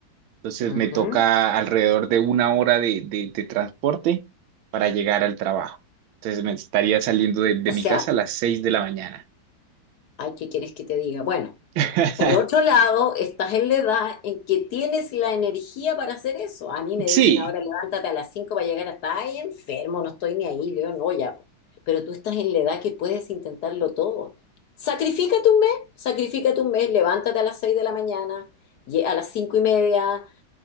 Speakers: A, on the right; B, on the left.
A: Entonces
B: Ujú.
A: me toca alrededor de una hora de, de- de transporte para llegar al trabajo. Entonces me estaría saliendo de, de
B: O sea,
A: mi casa a las 6 de la mañana.
B: ay, ¿qué quieres que te diga? Bueno,
A: <laughs>
B: Por otro lado, estás en la edad en que tienes la energía para hacer eso. A mí me
A: Sí,
B: dicen ahora, levántate a las 5 para llegar hasta ahí, enfermo, no estoy ni ahí, yo no, ya. po". Pero tú estás en la edad que puedes intentarlo todo. Sacrifícate un mes, sacrifícate un mes, levántate a las 6 de la mañana, lle- a las 5 y media,